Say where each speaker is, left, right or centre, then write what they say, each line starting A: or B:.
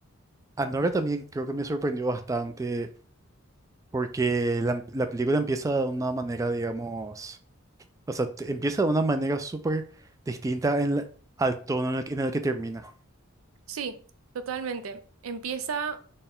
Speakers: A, on the right; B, on the right.
A: Anora también creo que me sorprendió bastante porque la, la película empieza de una manera, digamos, o sea, te- empieza de una manera súper distinta en la- al tono en el, que en el que termina.
B: Sí, totalmente. Empieza,